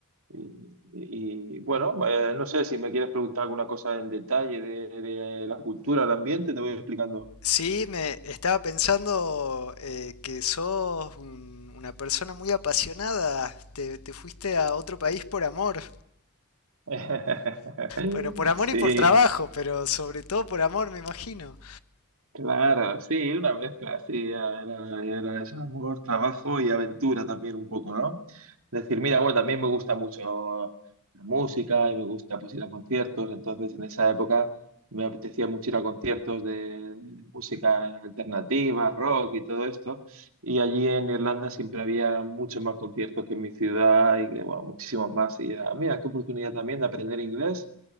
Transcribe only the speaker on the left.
Sí, me estaba pensando eh, que sos un- una persona muy apasionada, te, te fuiste a otro país por amor.
Bueno, por amor
y por trabajo, pero sobre todo por amor, me imagino.